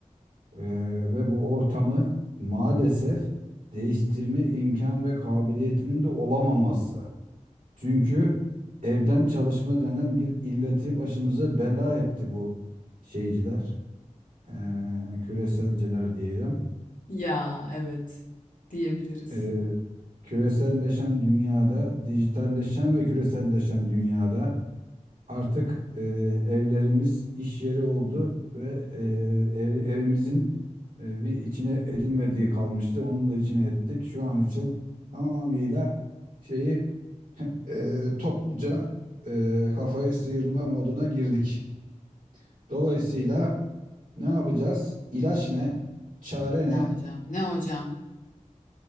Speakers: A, on the right; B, on the left.
A: Eee, ve bu ortamı maalesef değiştirme imkan ve kabiliyetinin de olamaması. Çünkü evden çalışma denen bir illeti başımıza bela etti bu şeyciler, eee, küreselciler diyelim.
B: Ya evet diyebiliriz.
A: Eee, küreselleşen dünyada, dijitalleşen ve küreselleşen dünyada Artık e, evlerimiz iş yeri oldu ve e, ev- evimizin e, bir içine edilmediği kalmıştı. Onun da içine ettik. Şu an için tamamıyla şeyi e, topluca e, kafayı sıyırma moduna girdik. Dolayısıyla ne yapacağız? İlaç ne? Çare
B: Ne
A: ne?
B: hocam? Ne hocam?